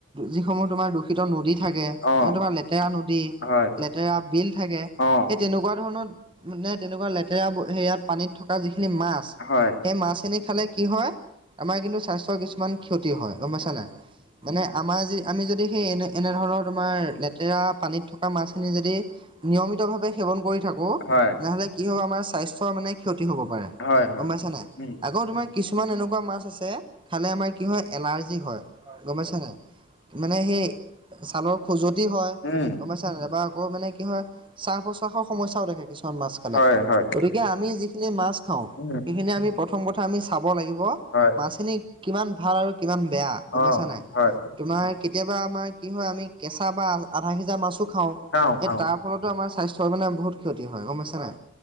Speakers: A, on the right (about 25°); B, on the left (about 55°).
A: যিসমূহ তোমাৰ দূষি- প্ৰকৃত নদী থাকে,
B: অ
A: তোমাৰ লেতেৰা নদী
B: হয়
A: লেতেৰা বিল থাকে।
B: অ
A: এই তেনেকুৱা ধৰণৰ মানে তেনেকুৱা লেতেৰা সেয়াত পানীত থকা যিখিনি মাছ সেই
B: হয়
A: মাছখিনি খালে কি হয়, আমাৰ কিন্তু স্বাস্থ্যৰ কিছুমান ক্ষতি হয় গম পাইছা নাই। মানে আমাৰ যি আমি যদি সেই এনে এনেধৰণৰ তোমাৰ লেতেৰা পানীত থকা মাছখিনি যদি নিয়মিত ভাৱে সেৱন কৰি থাকো
B: হয়
A: নহ'লে কি হ'ব আমাৰ স্বাস্থ্যৰ মানে ক্ষতি হ'ব পাৰে।
B: হয় হয়
A: গম পাইছা নাই
B: উম
A: আকৌ তোমাৰ কিছুমান এনেকুৱা মাছ আছে খালে আমাৰ কি হয় এলাৰ্জি হয় গম পাইছা নাই। মানে সেই ছালৰ খজুৱতি হয়।
B: উম
A: গম পাইছা নাই বা আকৌ মানে কি হয় শ্বাহ প্ৰশাসৰ সমস্যাও থাকে কিছুমান মাছ খালে।
B: হয় হয়
A: গতিকে আমি যিখিনি মাছ খাওঁ
B: উম
A: সেইখিনি আমি প্ৰথ- প্ৰথম কথা আমি চাব লাগিব,
B: হয়
A: মাছখিনি কিমান ভাল আৰু কিমান বেয়া গম
B: অ
A: পাইছা নাই।
B: হয়
A: তোমাৰ কেতিয়াবা আমাৰ কি হয় আমি কেঁচা বা আধা সিজা মাছো খাও
B: খাওঁ
A: সেই
B: খাওঁ
A: তাৰ। ফলতে আমাৰ স্বাস্থ্য মানে বহুত। ক্ষতি হয় গম পাইছা নাই